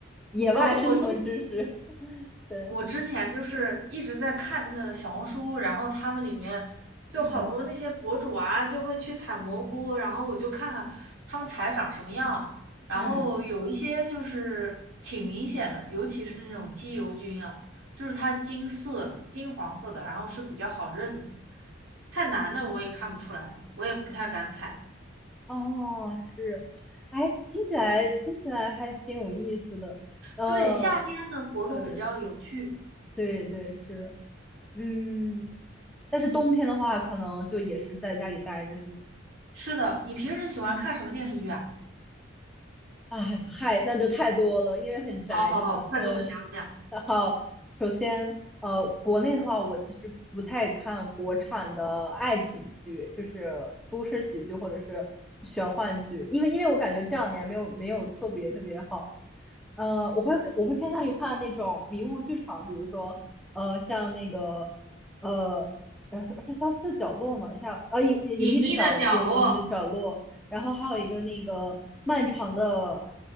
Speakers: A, in the centre; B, on the right (about 85°).
A: 野外生存知识。
B: 我我之
A: <laughs> 对，
B: 我之前就是一直在看那个小红书，然后他们里面就好多那些博主啊，
A: 嗯
B: 就会去采蘑菇，然后我就看看他们采长什么样，然后有一些就是挺明显的，
A: 嗯。
B: 尤其是那种鸡油菌啊，就是它金色的、金黄色的，然后是比较好认的太难的我也看不出来，我也不太敢采。
A: 哦，是，哎，听起来听起来还挺有意思的，呃，
B: 对，夏天的活动比较有趣。
A: 对对对，是，嗯，但是冬天的话，可能就也是在家里待着，是吗？
B: 是的，你平时喜欢看什么电视剧啊？
A: 啊，太，那就太多了，因为很宅，
B: 好好好，
A: 真的，
B: 快跟我讲讲。
A: 嗯，那好，首先，呃，国内的话，我其实不太看国产的爱情剧，就是都市喜剧或者是玄幻剧，因为因为我感觉这两年没有没有特别特别好。呃，我会我会偏向于看那种迷雾剧场，比如说，呃，像那个，呃，呃是消失的角落嘛，一下，呃，隐隐秘的角，
B: 隐秘的角落、
A: 隐隐秘的角落，然后还有一个那个漫长的，